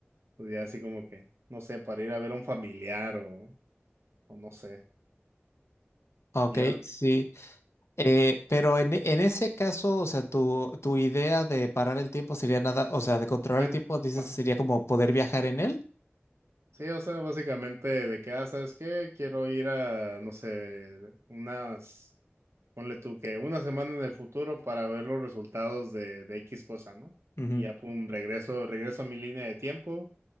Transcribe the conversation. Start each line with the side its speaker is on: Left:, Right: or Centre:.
Right: pues ya así como que, no sé, para ir a ver a un familiar o, o no sé,
Left: ok,
Right: ir al,
Left: sí. Eh, pero en, e- en ese caso, o sea, tu, tu idea de parar el tiempo sería nada, o sea, de controlar
Right: bueno,
Left: el tiempo, dices,
Right: bueno,
Left: sería como poder viajar en él.
Right: sí, o sea, básicamente de que, ah, ¿sabes qué? Quiero ir a, no sé, unas Ponle tú que una semana en el futuro para ver los resultados de, de X cosa, ¿no?
Left: Ujú,
Right: Y ya, pum, regreso, regreso a mi línea de tiempo